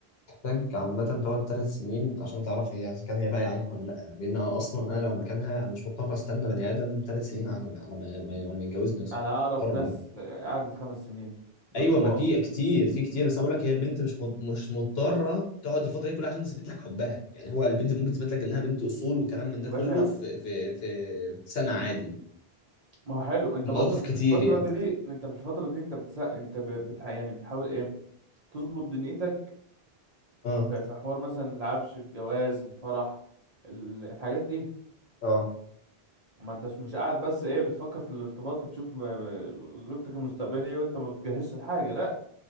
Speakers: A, on the left; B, on the right.
A: محتاج عامة تقعد ثلاث سنين عشان تعرف هي إذا كان هي بقى يعيك ولا لأ لأن أنا أصلا أنا لو مكانها أنا مش مضطر أستنى بني آدم ثلاث سنين على على ما على ما يتجوزني أصلا
B: انا اعرف
A: مضطر
B: ناس
A: ده
B: قعدت خمس سنين
A: أيوه
B: ارتباط
A: ما في كتير في كتير بس أنا بقول لك هي البنت مش مض- مش مضطرة تقعد الفترة دي كلها عشان تثبت لك حبها يعني هو البنت ممكن تثبت لك إنها بنت أصول وكلام من ده
B: يا
A: كله
B: باشا
A: في في في سنة عادي
B: ما هو حلو انت
A: مواقف
B: برضك
A: كتير
B: في الفترة
A: يعني
B: دي انت في الفترة دي انت بتسا... انت ب... بتح... يعني بتحاول ايه تظبط دنيتك
A: اه
B: في... في حوار مثلا العفش الجواز الفرح ال- الحاجات دي
A: اه
B: ما انتش مش قاعد بس ايه بتفكر في الارتباط وتشوف م- م- زوجتك المستقبلية ايه وانت ما بتجهزش الحاجة لا